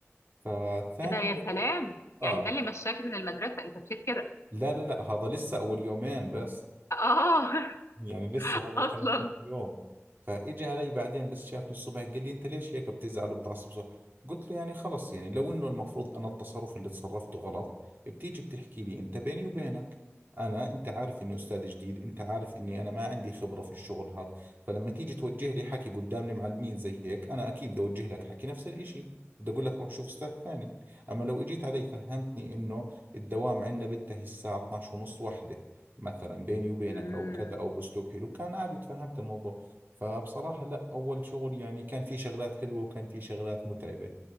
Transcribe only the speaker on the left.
ايه ده يا
سلام
يعني ده اللي مشاك من المدرسه انت مشيت كده
اه
<laughs>
اصلا
مم.